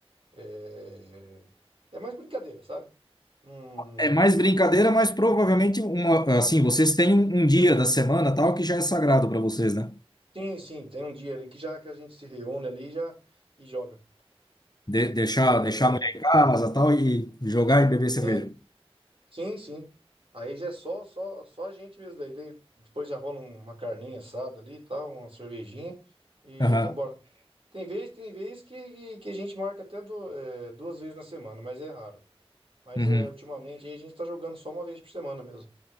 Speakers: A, on the right (about 60°); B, on the left (about 40°).
A: É, é mais brincadeira, sabe? Hum,
B: É mais brincadeira, mas provavelmente uma, assim, vocês têm um, um dia da semana tal que já é sagrado para vocês, né?
A: Sim, sim, tem um dia ali que já que a gente se reúne ali e já e joga.
B: De- deixar,
A: É,
B: deixar a mulher em casa tal e jogar e beber cerveja.
A: sim, sim, sim. Aí já é só, só, só a gente mesmo daí. Daí depois já rola um, uma carninha assada ali, e tal, uma cervejinha e
B: Aham.
A: vambora. Tem vez, tem vez que, que a gente marca até do- é, duas vezes na semana, mas é raro. Mas
B: Uhum.
A: é ultimamente aí a gente tá jogando só uma vez por semana mesmo.